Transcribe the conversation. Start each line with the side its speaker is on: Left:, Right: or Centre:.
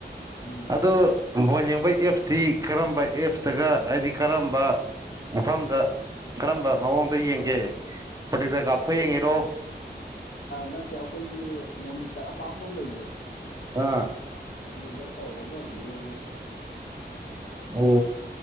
Left: ꯎꯝ
Right: ꯑ ꯍꯣꯟꯡ ꯑꯩꯈꯣꯏ ꯑꯦꯞꯁꯇꯤ ꯀꯔꯝꯕ ꯑꯦꯞꯁꯇꯒ ꯍꯥꯏꯗꯤ ꯀꯔꯝꯕ ꯃꯐꯝꯗ ꯀꯔꯝꯕ ꯃꯑꯣꯡꯗ ꯌꯦꯡꯒꯦ ꯄ꯭ꯔꯣꯇꯦꯛꯇꯔ ꯀꯥꯞꯊꯣꯛ
Left: ꯑꯩꯈꯣꯏ
Right: ꯌꯦꯡꯉꯤꯔꯣ
Left: ꯅꯠꯇꯦ ꯑꯩꯈꯣꯏꯒꯤ ꯃꯣꯅꯤꯇꯔ ꯑꯄꯥꯛꯄ ꯑꯃ ꯂꯩꯌꯦ
Right: ꯑꯥ
Left: ꯑꯗꯨꯗ ꯇꯧꯔꯒ ꯌꯦꯡꯉꯦ
Right: ꯑꯣ